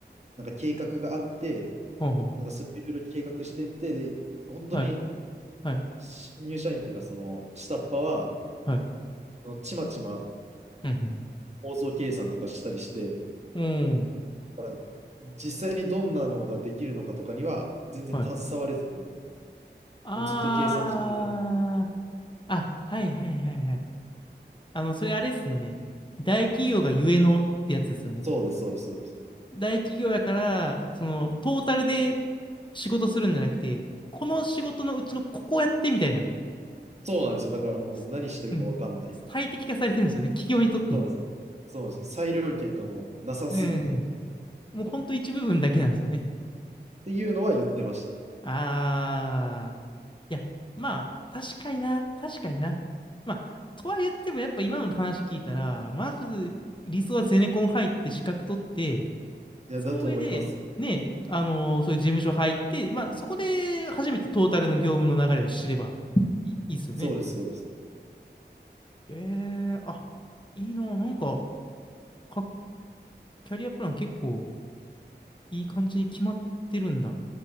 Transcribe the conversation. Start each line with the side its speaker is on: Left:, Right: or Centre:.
Right: なんか計画があって、
Left: ほうほう。
Right: なんかそれいろいろ計画してって、で、本当に、
Left: はい。はい。
Right: 新入社員というか、その、下っ端は、
Left: はい。
Right: そのちまちま
Left: うん
Right: 構造計算とかしたりして、
Left: うん。うん。
Right: だから実際にどんなのができるのかとかには、全然携われずに、
Left: はい。あー。
Right: もうずっと計算してるだけ。
Left: あ、はいはいはいはい。あの、それあれっすよね。大企業がゆえのってやつですよね。
Right: そうです、そうです、そうです。
Left: 大企業やから、その、トータルで仕事するんじゃなくて、この仕事のうちのここやってみたいな。
Right: そうなんですよ。だからもう何してるかわかんないみたいな。
Left: すうん。最適化されてるんですよね。企業にとって。
Right: そうなんです。そうなんですよ。裁量権がもうなさすぎてっ
Left: うんうんうん。もうほんと一部分だけなんですよね。
Right: ていうのは言ってましたね。
Left: ああ、いや、まあ、確かにな、確かにな。まあ、とは言っても、やっぱ今の話聞いたら、まず理想はゼネコン入って資格取って、
Right: いや、
Left: その上で、
Right: だと思います。
Left: ね、あのーそういう事務所入って、まあ、そこで初めてトータルの業務の流れを知ればいいいっすよね。
Right: そうです、そうです。
Left: えー、あ、いいな、なんか、か、キャリアプラン結構いい感じに決まってるんだ、